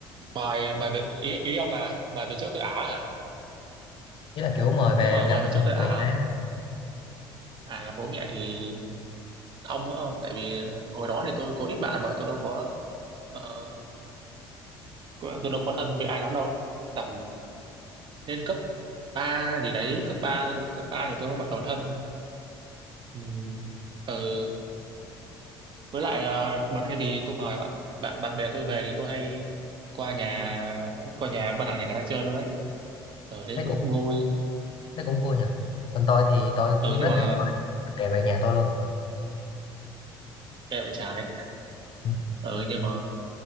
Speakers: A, on the right; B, on the left.
A: mày mày về ý, ý ông là mày về chỗ Tây Á hả
B: Ý là kiểu mời về
A: nếu mà mày
B: gặp
A: về chỗ
B: bố
A: Tây Á
B: mẹ ấy.
A: à gặp bố mẹ thì ông á ông tại vì ờ, hồi đó thì tôi có ít bạn mà tôi đâu có ờ, có- tôi đâu có thân với ai lắm đâu tầm lên cấp ba gì đấy cấp ba cấp 3 thì tôi mới bắt đầu thân ừ. ừ. với lại ờ, mà thay vì tôi mời bạn bạn bạn bè tôi về thì tôi hay qua nhà qua nhà qua thẳng nhà người ta chơi luôn đấy ở đấy
B: Thấy
A: cũng
B: cũng
A: vui
B: thấy cũng vui nhỉ. Còn tôi thì tôi
A: ừ
B: cũng rất
A: nhưng mà
B: hay gọi để về nhà tôi luôn.
A: em lại trái
B: Ừ,
A: ừ nhưng mà